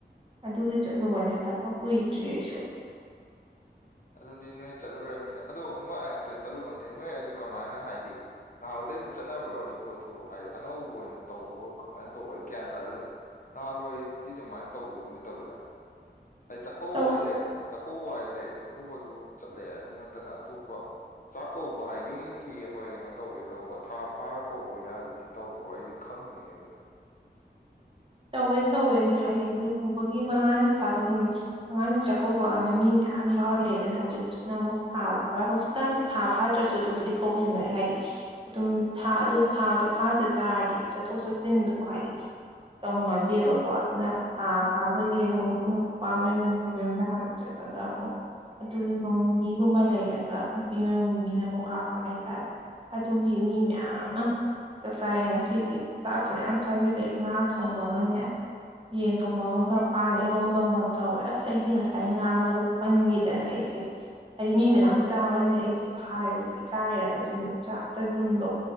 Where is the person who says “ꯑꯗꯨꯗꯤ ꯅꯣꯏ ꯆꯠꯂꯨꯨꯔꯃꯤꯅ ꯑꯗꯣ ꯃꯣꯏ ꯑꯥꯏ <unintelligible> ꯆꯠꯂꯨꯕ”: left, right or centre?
Left